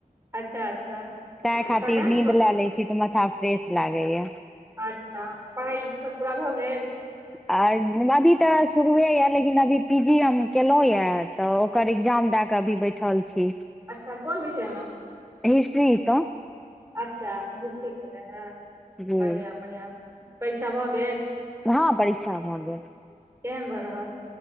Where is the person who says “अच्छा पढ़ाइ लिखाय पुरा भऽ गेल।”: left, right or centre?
Right